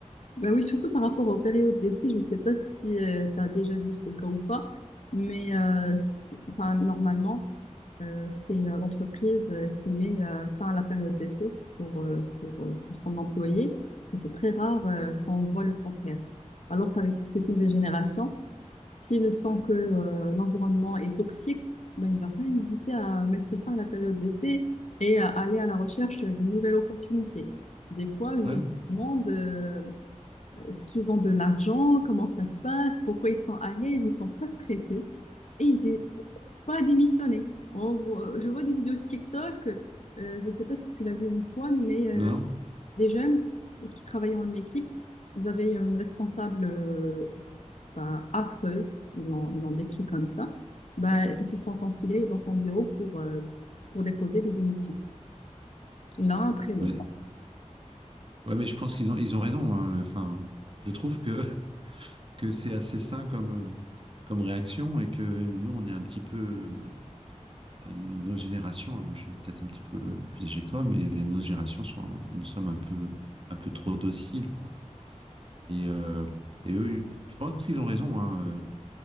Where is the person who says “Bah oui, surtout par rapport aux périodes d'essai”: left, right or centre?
Left